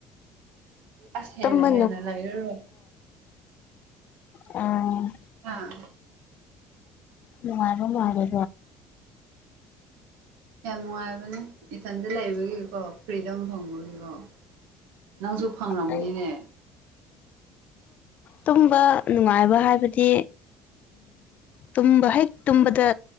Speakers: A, on the right (about 70°); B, on the left (about 50°).
A: ꯑꯁ ꯍꯦꯟꯅ
B: ꯇꯨꯝꯕ
A: ꯍꯦꯟꯅ ꯂꯩꯔꯨꯔꯣꯏ
B: ꯎꯝ
A: ꯑꯥ
B: ꯎꯔ ꯃꯥꯔꯗ
A: ꯌꯥꯝ ꯅꯨꯡꯉꯥꯏꯕꯅꯦ ꯏꯊꯟꯇ ꯂꯩꯕꯒꯤꯀꯣ ꯐ꯭ꯔꯤꯗꯝ ꯐꯪꯕꯒꯤꯀꯣ ꯅꯪꯁꯨ ꯐꯪꯉꯕꯅꯤꯅꯦ
B: ꯑꯗꯨ ꯇꯨꯝꯕ ꯅꯨꯡꯉꯥꯏꯕ ꯍꯥꯏꯕꯗꯤ ꯇꯨꯝꯕ ꯍꯦꯛ ꯇꯨꯝꯕꯗ